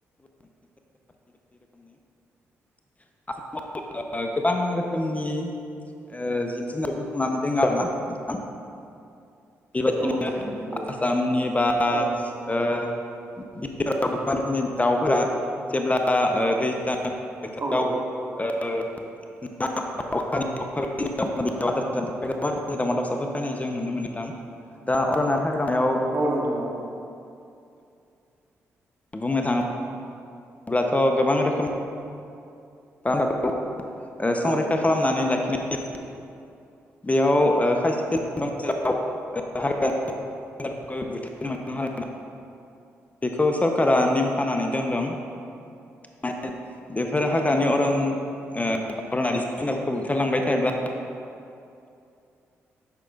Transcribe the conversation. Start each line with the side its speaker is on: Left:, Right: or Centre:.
Left: <unintelligible> रोखोमनि ओ जिब जुनार बुंफबनानै दङ आरो ना नोंथां <unintelligible>
Right: औ
Left: बेबायदिनो
Right: नोंथां औ
Left: आसामनि बा ओ बि गोबां रोखोमनि दाउफोरा जेब्ला ओ दै दा बोथोराव
Right: औ औ
Left: ओ ना <unintelligible> दावमा दावउसाफोर फैनाय जों नुनो मोनदों दा अरना हाग्रामायाव
Right: औ नोंथां औ
Left: बुंनो थाङो अब्लाथ' गोबां रोखोम ओ <unintelligible>
Right: औ
Left: संरैखा
Right: औ
Left: खालामनानै लाखिनाय बेयाव ओ खायसे <unintelligible> <unintelligible> बेखौ सरकारा नेम खानानै दोनदों माने बेफोर हाग्रानि अरन ओ फोरखौ बुथारलांबाय थायोब्ला <unintelligible>